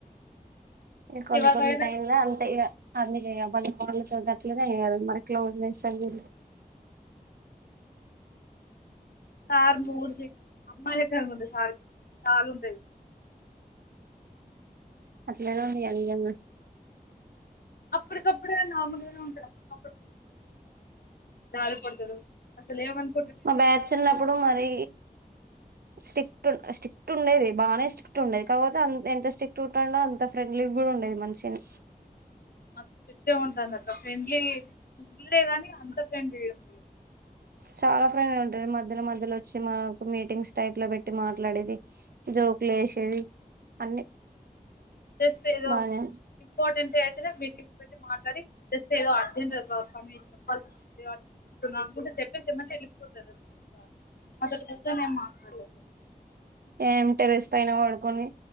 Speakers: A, on the right; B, on the left.
A: కొన్ని
B: ఎవరైనా
A: కొన్ని టైంలా అంతే ఇగ అందుకే మళ్ళీ వాళ్ళతోడ గట్లనే కదు మరి క్లోజ్నెస్ అది
B: సార్ మూడ్కి అమ్మాయి దగ్గర కాలెదు కాలుంటయ్
A: అట్లేదో మీ యంగ్ అన్న
B: అప్పటికప్పుడే నార్మల్గానే ఉంటది అప్పుడు జాలిపడతడు అసలు ఏమన్
A: మా బ్యాచున్నప్పుడు మరి స్టిక్ట్ స్టిక్ట్ ఉండేది బాగానే స్టిక్ట్ ఉండేది కాకపోతే ఎంత స్ట్రిక్టుంటుండే అంత ఫ్రెండ్లీ కూడా ఉండేది మన్షిని
B: మాక్ చెట్టే ఉంటందక్క ఫ్రెండ్లీ ఫ్రెండ్లే గానీ అంత ఫ్రెండ్లీ ఏం లేదు
A: చాలా ఫ్రెండ్లీ ఉంటాది మధ్యలో మధ్యలో వచ్చి మాకు మీటింగ్స్ టైప్లో పెట్టి మాట్లాడేది జో ఒకులేసేది అన్ని
B: జస్ట్ ఏదో
A: బానే
B: ఇంపార్టెంటైతేనే మీటింగ్స్ పెట్టి మాట్లాడి జస్టేదో అర్జెంట్ పని చెప్పాల్సోస్తుంది వాటిని చెప్తున్నా అనుకుంటే చెప్పేసెమంటెళ్ళిపోత <unintelligible> అదొక్కటి నేం మాట్లాడలే
A: ఏం టెరెస్ పైన వడుకొని